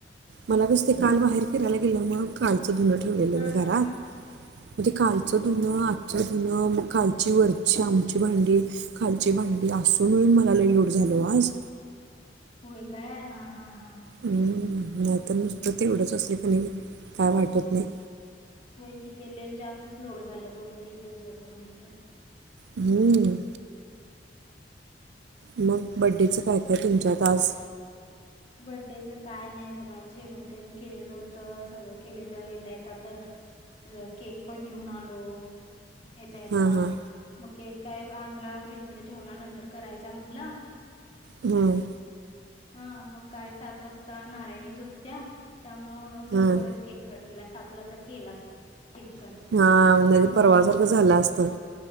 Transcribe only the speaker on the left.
हा,
हा,
हा.
होय काय हा हा हा
होय की तेले जास्तच लोड झालं दोन तीन दिवसाचं म्हटलं तर-
बर्थडच काय नाही बघा जेवण त्यांनी केलेलं होत सगळं केलेलं येता येत तर केक पण घेऊन आलो. येता येता
मग केक - काय आणला फ्रीजमध्ये ठेवला नंतर करायचा म्हणला.
हा मग काय सात वाजता नारायणी झोपत्या? त्यामुळ लवकरच
केक कट - तला सातला तर केलाच. केट
टुू
पण